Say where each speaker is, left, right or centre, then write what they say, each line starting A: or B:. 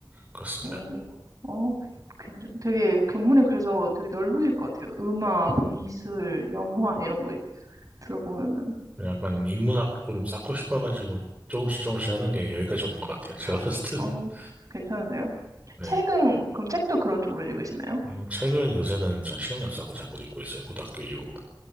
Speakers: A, on the right; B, on the right.
A: 그렇습니다.
B: 어, 어, 그- 괜찮, 되게 견문이 그래서 되게 넓으실 것 같아요. 음악, 미술, 영화 이런 거 들어보면은,
A: 약간 인문학 좀 쌓고 싶어가지고 조금씩 조금씩 하던 게 여기까지 온 것 같아요. <laughs> 제가 봤을 때는.
B: 어,
A: <laughs>
B: 괜찮은데요?
A: 네.
B: 책은, 그럼 책도 그런 쪽으로 읽으시나요?
A: 음, 책은 요새는 전 시간이 없어서고잘 못 읽고 있어요. 고등학교 이후로.